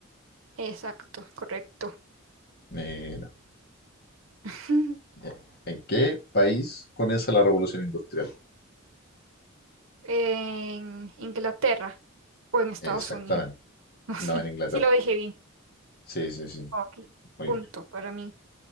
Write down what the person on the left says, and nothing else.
Mira.
Ya. ¿En qué país comienza la revolución industrial?
Exactamente.
No en Inglaterra.
Sí, sí, sí.
Muy
bien.